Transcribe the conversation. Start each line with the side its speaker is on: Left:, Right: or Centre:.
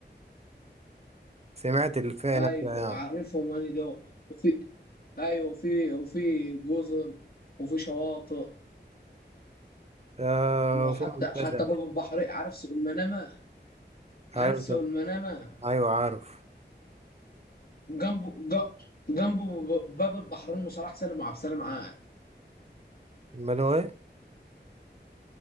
Right: سمعت اللي فيها
Left: ايوه
Right: هناك فيها يعني
Left: عارفهم انا دول وفي ايوه وفي وفي جزر وفي شواطئ
Right: آه
Left: وحتى
Right: في منتزه
Left: حتى باب البحرين عارف سوق المنامه
Right: أيوة
Left: عارف سوق
Right: طب-
Left: المنامه
Right: أيوة عارف
Left: جنبه ج- جنبه ب- باب البحرين وصلاح سالم وعبد السلام عاد
Right: المنوي